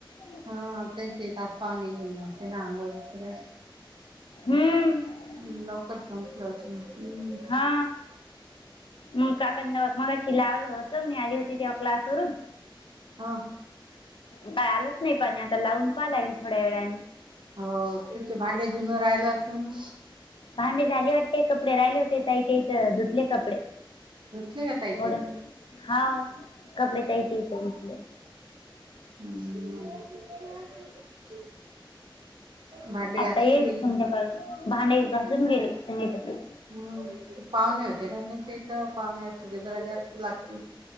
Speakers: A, on the left; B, on the right.
A: व
B: हा. ते एक, एक ते रांगोळी <unintelligible>
A: हम्म.
B: हम्. लवकर संपलं असं हम्म.
A: हा मग काका मगशी लावलं होतं मी आली होती तेव्हा क्लासवरून.
B: हा.
A: काय? आलंच नाही पाणी. आता लावून पाहाय येईल थोड्या वेळाने.
B: हो तिचे भांडे जुना राहिलं असेल ना.
A: भांडे झाले वाटते कपडे राहिले होते ताईच्या इथ धुतले कपडे.
B: धुतले का ताईच्या
A: थोडं
B: इथ?
A: हा कपडे ताईच्या इथे धुतले.
B: हम्म भांडे घासून
A: आता ये
B: गेली
A: संध्याकाळी. भांडे घासून गेले संगीताचे
B: हम् पाहुणे होते ना त्यांच्या इथ पाहुणे असते की जरा जास्त लागतील.